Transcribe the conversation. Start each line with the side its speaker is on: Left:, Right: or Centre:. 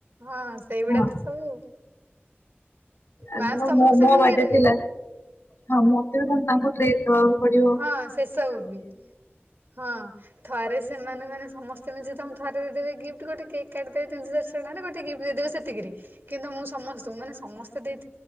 Right: ହଁ ସେଇଗୁଡା
Left: ହଁ।
Right: ତ ସବୁ
Left: ଆଜି
Right: ୱାନ୍ସ ତମକୁ
Left: ମୋ
Right: ସେମାନେ
Left: ମୋ ବାର୍ଥଡେ
Right: ଦେଇଦେବେ।
Left: ଥିଲା। ହଁ ମତେ ବି କଣ ତାଙ୍କୁ ଡ୍ରେସ ଦେବାକୁ ପଡିବ।
Right: ହଁ ସେସବୁ ବି ହଁ। ଥରେ ସେମାନେ ମାନେ ସମେସ୍ତେ ମିଶି ତମକୁ ଥରେ ଦେଇଦବେ ଗି୍ଫ୍ଟି ଗୋଟେ କେକ୍ କାଟିଦବି। ଗୋଟେ ଗିଫ୍ଟ ଦେଇଦେବେ ସେତିକି କିନ୍ତୁ ମୁଁ ସମସ୍ତଙ୍କୁ ମେ ସମସ୍ତେ ଦେଇ